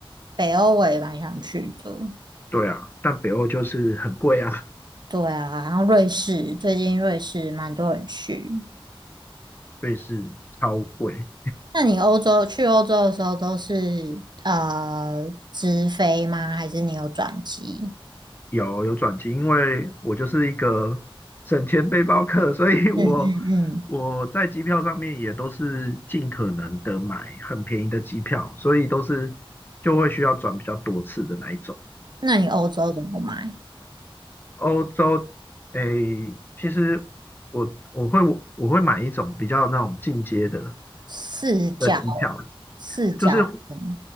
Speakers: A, on the right (about 50°); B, on the left (about 20°).
A: 北欧我也蛮想去的。
B: 对啊，但北欧就是很贵啊，
A: 对啊，然后瑞士，最近瑞士蛮多人去。
B: 瑞士超贵。
A: 那你欧洲去欧洲的时候都是呃直飞吗？还是你有转机？
B: 有有转机，因为我就是一个省钱背包客，所以我
A: 嗯嗯嗯，
B: 我在机票上面也都是尽可能的买很便宜的机票，所以都是就会需要转比较多次的那一种。
A: 那你欧洲怎么买？
B: 欧洲，诶，其实我我会我会买一种比较那种进阶的
A: 四角
B: 的机票，
A: 四角的，
B: 就是